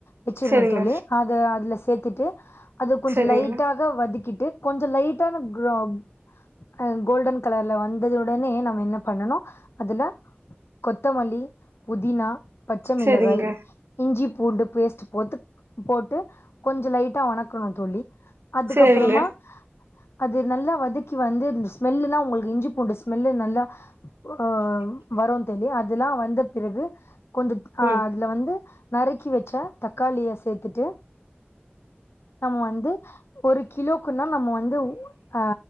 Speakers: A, on the left (about 80°); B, on the right (about 70°).
A: வெச்சிரனு
B: செரிங்க
A: தோழி அத அதுல ஸ் சேத்துட்டு அத கொஞ்சோ
B: செரிங்க
A: லைட்டாக வதக்கிட் டு கொஞ்ச லைட்டான க்ரோம் ஆ கோல்டன் கலர்ல வந்தது உடனே நம்ம என்ன பண்ணனு அதுல கொத்தமல்லி புதினா பச்ச மிளகாய்
B: செரிங்க
A: இஞ்சிப் பூண்டு பேஸ்ட்டு போத்துக் போட்டு கொஞ்சொ லைட்டா வணக்கணு தோழி அதுக்கப்பறமா
B: செரிங்க
A: அது நல்லா வதக் கி வந்து ஸ்மெல்லுலா உங்களுக்கு இஞ்சி பூண்டு ஸ்மெல்லு நல்லா ஆ வரு தேழி அதுல்லா வந்த பிறகு கொஞ்சுத் ஆ
B: ம்
A: அதுல வந்து நறுக்கி வெச்ச தக்காளிய சேத்துட்டு நம்ம வந்து ஒரு கிலோக்குன்னா நம்ம வந்து ஊ ஆ